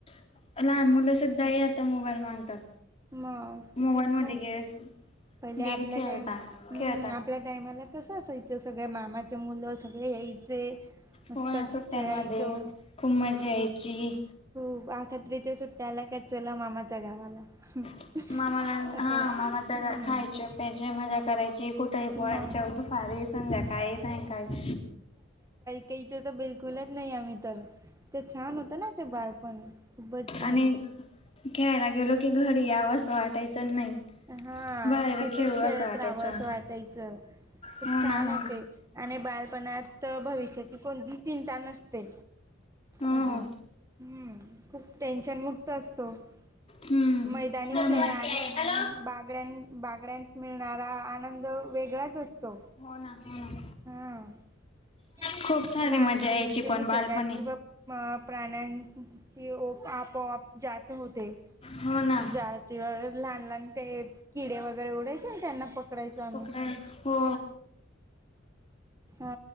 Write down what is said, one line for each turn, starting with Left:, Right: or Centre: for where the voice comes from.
Left: <inaudible> लहान मुलं सुुद्धा आहे आता मोबाईल मागतात
Right: म किती
Left: मोबाईलमध्ये
Right: <inaudible> पहिले
Left: गेस गेम
Right: आपल्या
Left: खेळता
Right: टाइम हम्म
Left: खेळतात.
Right: आपल्या टायमाला <inaudible> तसं असायचं सगळ्या मामाचे मुलं सगळे यायचे <inaudible> <inaudible> मस्तक
Left: हो ना सुट्ट्यांमध्ये
Right: खेळायचो
Left: खूप मजा
Right: हा
Left: यायची.
Right: खूप आखत्रीच्या सुट्ट्याला काच चला मामाच्या गावाला <inaudible>
Left: <inaudible> मामाला
Right: असंच
Left: हा मामाच्या
Right: हम्म
Left: खायचे पाहिजे मजा करायची कुठेही पोळायच
Right: मग
Left: दुपारी संध्या काय सय काय <inaudible>
Right: इथे तर बिलकुलच नाही आम्ही तर <inaudible> ते छान होतं ना ते बाळपण खूपच भारी
Left: आणि
Right: <inaudible>
Left: खेळायला गेलो की घरी यावं वाटायचं नाही
Right: <inaudible> हा
Left: बाहेर
Right: तिथंच
Left: खेळू
Right: खेळत
Left: असं वाटायचं
Right: राहावं असं वाटायचं <inaudible> खूप
Left: हो
Right: छान
Left: ना हो
Right: होते आणि बालपणात भविष्याची कोणती चिंता नसते
Left: हो
Right: अजून हम्म खूप टेन्शनमुक्त असतो <inaudible>
Left: हम्म
Right: <inaudible> मैदानी
Left: हो
Right: खेळ
Left: ना हॅलो
Right: आणि <inaudible> बागड्यां बागड्यात मिळणारा आनंद वेगळाच असतो
Left: हो ना हो ना
Right: हा <inaudible> <inaudible>
Left: खूप सारी
Right: लहान
Left: मजा
Right: मुलींची
Left: यायची पण
Right: निसर्गातील
Left: बालपणी
Right: व प्राण्यां तेि ओप आपोआप जात होते <inaudible>
Left: हो
Right: <inaudible>
Left: ना
Right: जती वर लहान लहान ते किडे वगैरे उडायचे आणि त्यांना पकडायचो आम्ही
Left: पकडाय हो
Right: हा <inaudible> <inaudible> हा